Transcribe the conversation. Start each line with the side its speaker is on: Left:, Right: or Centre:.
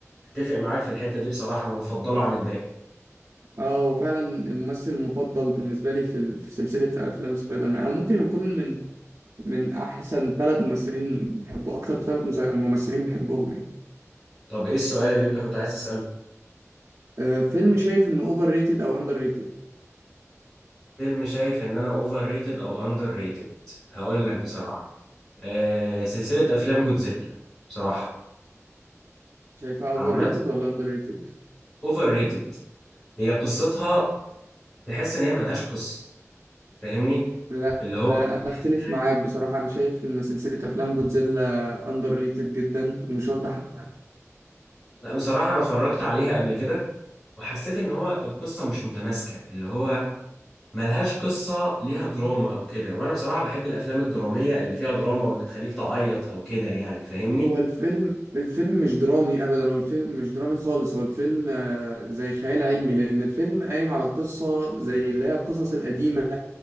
Left: اتفق معاك في الحته دي بصراحه انا بفضله عن الباقي
Right: اه هو فعلا الممثل المفضل بالنسبة لي في ال- في سلسلة أفلام سبايدر مان أو ممكن يكون من من أحسن ثلاث ممثلين بحبه أكتر ثلاث مس- ممثلين بحبهم يعني
Left: طب ايه السؤال اللي انت كنت عايز تساله
Right: آه فيلم شايف إنه أوفر ريتد أو أندر ريتد
Left: فيلم شايف ان انا اوفر ريتد او اندر ريتد هقول لك بصراحه آه سلسله افلام جودزيلا بصراحه
Right: شايفها أوفر
Left: عامه
Right: ريتد ولا أندر ريتد؟
Left: اوفر ريتد هي قصتها تحس ان هي ملهاش قصه فاهمني
Right: لا
Left: اللي هو
Right: آه أنا
Left: تحسها-
Right: أختلف معاك بصراحة أنا شايف إن سلسلة أفلام جودزيلا أندر ريتد جدا ومش واخدة حق
Left: لا بصراحه انا اتفرجت عليها قبل كده وحسيت ان هو القصه مش متماسكه اللي هو ملهاش قصة ليها دراما أو كده وأنا بصراحة بحب الأفلام الدرامية اللي فيها دراما واللي تخليك تعيط أو كده يعني فاهمني؟
Right: هو الفيلم الفيلم مش درامي ابدا هو الفيلم مش درامي خالص هو الفيلم آه، زي خيال علمي لان الفيلم قايم على قصه زي اللي هي القصص القديمه